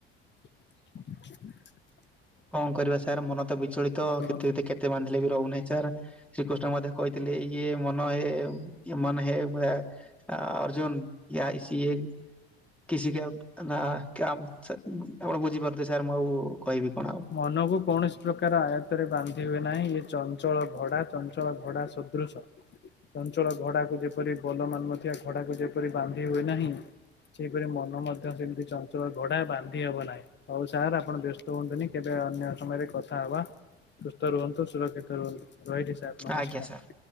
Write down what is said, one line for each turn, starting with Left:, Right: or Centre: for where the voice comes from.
Left: <inaudible>
Centre: କଣ କରିବା ସାର୍ ମନ ତ ବିଚଳିତ
Left: ଆପଣ
Centre: କେତ ଏତେ କେ ଏତେ ବାନ୍ଧିଲେ ବି ରହୁ ନାଇଁ ସାର୍। ଶ୍ରୀକୃଷ୍ଣ ମଧ୍ୟ କହିଥିଲେ ଇଏ ମନ ଏ ୟେ ମନ୍ ହେ <unintelligible> ଅର୍ଜୁନ ୟା ଇଶି <unintelligible> କିଶିକେ ନା <unintelligible> ଆପଣ ବୁଝିପାରୁଥିବେ ସାର୍ ମୁଁ ଆଉ କହିବି କଣ ଆଉ
Left: ମନକୁ କୌଣସି ପ୍ରକାର ଆୟତରେ ବାନ୍ଧି ହୁଏ ନାହିଁ ଇଏ ଚଞ୍ଚଳ ଘୋଡା ଚଞ୍ଚଳ ଘୋଡା ଶ ଦୃଶ ଚଞ୍ଚଳ ଘଡାକୁ ଯେପରି ବୋଲ ମାନୁନଥିବା ଘଡାକୁ ଯେପରି ବାନ୍ଧି ହୁଏ ନାହିଁ ସେହିପରି ମନ ମଧ୍ୟ ସେମିତି ଚଞ୍ଚଳ ଘୋଡା ବାନ୍ଧି ହବ ନାହିଁ। ହଉ ସାର୍ ଆପଣ ବ୍ୟସ୍ତ ହୁଅନ୍ତୁନି କେବେ ଅନ୍ୟ ସମୟରେ କଥା ହବା ସୁସ୍ଥ ରୁହନ୍ତୁ, ସୁରକ୍ଷିତ ରୁହନ୍ତୁ ରହିଲି ସାର୍। ନମସ୍କାର।
Centre: ଆଜ୍ଞା ସାର୍।